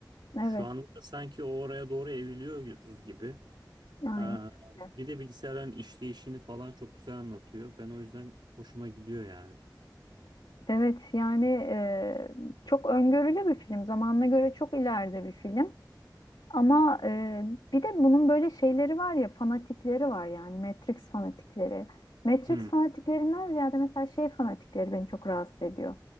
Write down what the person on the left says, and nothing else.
Evet,
aynen
öyle.
Evet yani e, çok öngörülü bir film. Zamanına göre çok ileride bir film. Ama e, bir de bunun böyle şeyleri var ya fanatikleri var yani Matrix fanatikleri. Matrix
fanatiklerinden ziyade mesela şey fanatikleri beni çok rahatsız ediyor.